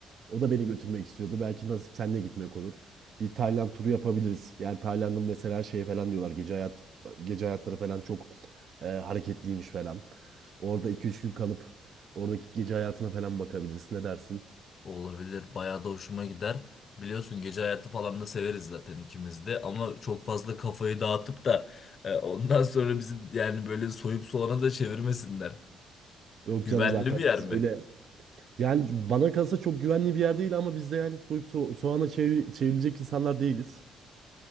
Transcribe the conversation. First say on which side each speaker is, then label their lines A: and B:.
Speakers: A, on the right; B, on the left.
A: o da beni götürmek istiyordu. Belki nasip seninle gitmek olur. Bir Tayland turu yapabiliriz. Yani Tayland'ın mesela şey falan diyorlar. Gece hayat gece hayatları falan çok e, hareketliymiş falan. Orada iki üç gün kalıp oradaki gece hayatına falan bakabiliriz. Ne dersin?
B: Olabilir. Bayağı da hoşuma gider. Biliyorsun gece hayatı falan da severiz zaten ikimiz de. Ama çok fazla kafayı dağıtıp da e, ondan sonra bizi yani böyle soyup soğana da çevirmesinler.
A: Yok
B: Güvenli
A: canım zaten
B: bir yer
A: biz
B: mi?
A: öyle Yani bana kalsa çok güvenli bir yer değil ama biz de yani soyup so- soğana çevir- çevrilecek insanlar değiliz.